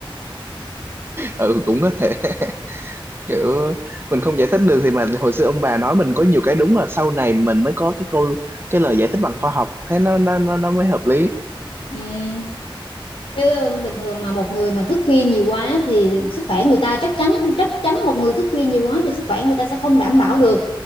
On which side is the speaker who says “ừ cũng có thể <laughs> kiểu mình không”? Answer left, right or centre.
Right